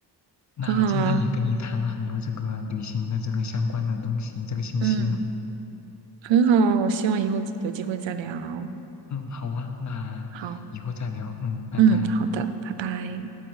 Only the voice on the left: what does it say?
那今天也跟你谈了很多这个旅行的这个相关的东西，
这个信息呢。
嗯，好啊，那以后再聊。
嗯，拜拜。